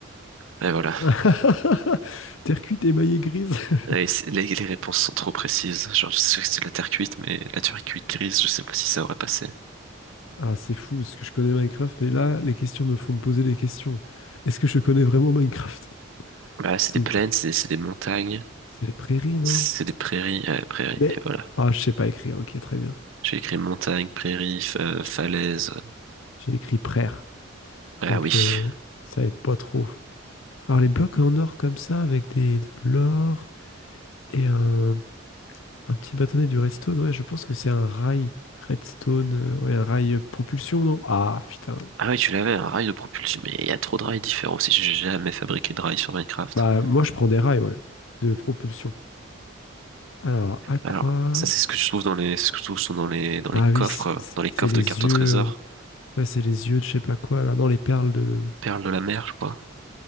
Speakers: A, on the right; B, on the left.
A: Et voilà.
B: hein. <laughs> Terre cuite émaillée grise. <laughs>
A: Et c'est- les, les réponses sont trop précises. Genre, je sais que c'est de la terre cuite, mais la terre cuite grise, je sais pas si ça aurait passé.
B: Ah, c'est fou, parce que je connais Minecraft, mais là, les questions me font me poser des questions. Est-ce que je connais vraiment Minecraft?
A: Bah là, c'est
B: C'est
A: des plaines,
B: une pr-
A: c'est c'est des montagnes,
B: c'est les prairies, non?
A: c'est des prairies, ouais, prairies.
B: Mais,
A: Et voilà.
B: ah, je sais pas écrire, ok, très bien.
A: J'ai écrit montagne, prairie, fa- falaise.
B: J- J'ai écrit prère,
A: Ah
B: donc
A: oui.
B: euh, ça aide pas trop. Alors, les blocs en or comme ça, avec des, de l'or et un, un petit bâtonnet du redstone, ouais, je pense que c'est un rail redstone, euh, ouais, un rail euh, propulsion, non? Ah, putain.
A: Ah oui, tu l'avais, un rail de propulsion, mais il y a trop de rails différents aussi, j'ai jamais fabriqué de rails sur Minecraft.
B: Bah, moi, je prends des rails, ouais, de propulsion. Alors, à quoi?
A: Alors, ça c'est ce que je trouve dans les, c'est ce que je trouve sont dans les, dans les
B: Ah oui,
A: coffres,
B: c-
A: euh,
B: c-
A: dans les coffres
B: c'est les
A: de cartes au
B: yeux,
A: trésor.
B: euh, ouais, c'est les yeux de je sais pas quoi, là, non, les perles de
A: Perles de la mer, je crois.